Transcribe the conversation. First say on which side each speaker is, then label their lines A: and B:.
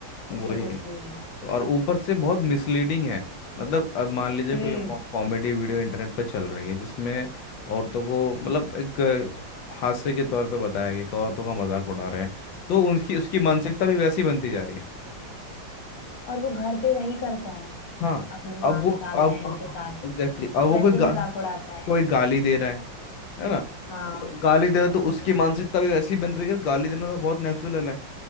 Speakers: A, on the left; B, on the left.
A: इससे
B: वही
A: कुछ नहीं होता
B: और ऊपर से बहुत मिसलीडिंग है मतलब अब मान लीजिए
A: हम्म
B: कोई कॉमेडी वीडियो इंटरनेट पर चल रही है जिसमें औरतों को मतलब एक अ, हास्य के तौर पे बताया गया कि औरतों का मजाक उड़ा रहे हैं तो उनकी उसकी मानसिकता भी वैसी बनती जा रही है
A: और वो घर पे वही करता है
B: हाँ
A: अपनी माँ
B: अब वो
A: के साथ
B: अब
A: बहन के साथ
B: एग्जैक्टली exactly, अब वो
A: वैसे
B: कोई गा,
A: ही मजाक उड़ाता है
B: कोई गाली दे रहा है है ना
A: हाँ
B: कोई गाली दे रहा है
A: हाँ
B: तो उसकी मानसिकता भी वैसी बन रही है गाली देना तो बहुत नेचुरल है